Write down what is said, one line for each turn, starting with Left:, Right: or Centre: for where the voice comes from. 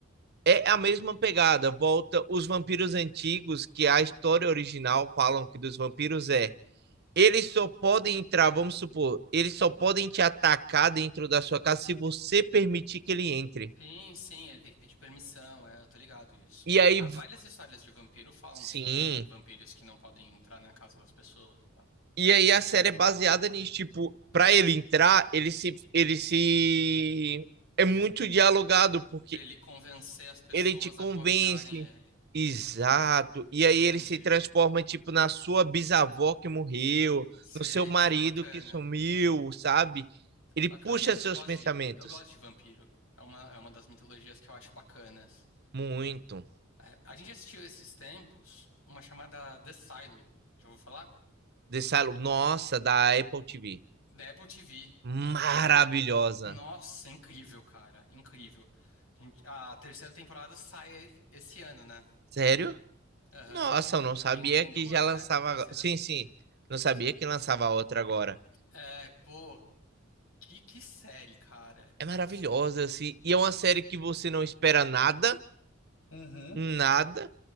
Right: É a mesma pegada, volta os vampiros antigos, que a história original falam que dos vampiros é eles só podem entrar, vamos supor, eles só podem te atacar dentro da sua casa se você permitir que ele entre.
Left: Sim, sim, ele tem que pedir permissão, é, eu tô ligado isso.
Right: E aí,
Left: Ah, várias histórias de vampiro falam
Right: sim.
Left: sobre vampiros que não podem entrar na casa das pessoas e tal.
Right: E aí a série é baseada nisso, tipo, pra ele entrar, ele se, ele se... É muito dialogado, porque
Left: Pra ele convencer as pessoas
Right: ele te convence.
Left: a convidarem ele.
Right: Exato. E aí
Left: Entendi.
Right: ele se transforma, tipo, na sua bisavó que morreu,
Left: Sei,
Right: no seu marido
Left: pô, bacana.
Right: que sumiu, sabe? Ele
Left: Bacana,
Right: puxa
Left: eu, eu
Right: seus
Left: gosto
Right: pensamentos.
Left: de, eu gosto de vampiro. É uma, é uma das mitologias que eu acho bacanas.
Right: Muito.
Left: É, a gente assistiu esses tempos uma chamada The Silo, já ouviu falar?
Right: Dessa... Nossa, da Apple TV.
Left: Da Apple TV,
Right: Maravilhosa.
Left: da Apple TV. Nossa, incrível, cara, incrível. A gente- a terceira temporada sai esse ano, né?
Right: Sério?
Left: Aham,
Right: Nossa,
Left: Tem-
Right: eu não sabia
Left: já tem, tem
Right: que
Left: duas,
Right: já lançava.
Left: né? A terceira,
Right: agora. Sim, sim. Não sabia
Left: essa-
Right: que lançava outra agora.
Left: É, pô, que, que série, cara.
Right: É maravilhosa,
Left: Que- s-
Right: assim. E é uma série que você não espera nada,
Left: Uhum.
Right: nada.